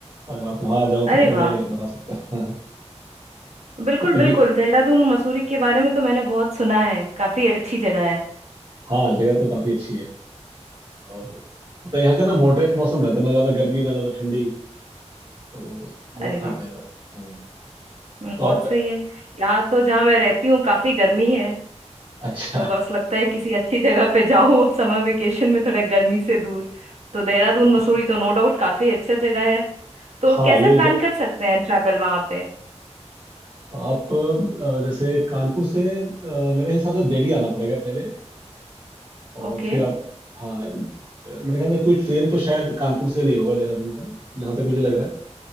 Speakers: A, on the right; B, on the right.
A: अगर आप वहाँ आ जाओ
B: अरे
A: तो पता
B: वाह
A: मैं बता सकता हूँ हाँ,
B: बिल्कुल
A: तो कभी
B: बिल्कुल देहरादून मसूरी के बारे में तो मैंने बहुत सुना है काफी अच्छी जगह है
A: हाँ जगह तो काफ़ी अच्छी है और मतलब यहाँ का ना मॉडरेट मौसम रहता है ना ज़्यादा गर्मी ना ज़्यादा ठंडी तो बहुत
B: अरे वाह
A: ठीक रहता है हम्म।
B: हम्म,
A: तो
B: बहुत
A: आप
B: सही है यहाँ तो जहाँ मैं रहती हूँ काफी गर्मी है
A: अच्छा
B: तो बस लगता है किसी अच्छी जगह पे जाओ अब समर वेकेशन में थोड़ा गर्मी से दूर तो देहरादून
A: <laughs>
B: मसूरी तो नो डाउट काफी अच्छा जगह है तो
A: हाँ
B: कैसे
A: ये
B: प्लान
A: ज-
B: कर सकते हैं ट्रैवल वहां पे
A: आप अ, जैसे कानपुर से अ, मेरे हिसाब से दिल्ली आना पड़ेगा पहले और
B: ओके
A: फिर आप हाँ अ, मेरे ख्याल से कोई ट्रेन तो शायद कानपुर से नहीं होगा देहरादून का जहाँ तक मुझे लग रहा है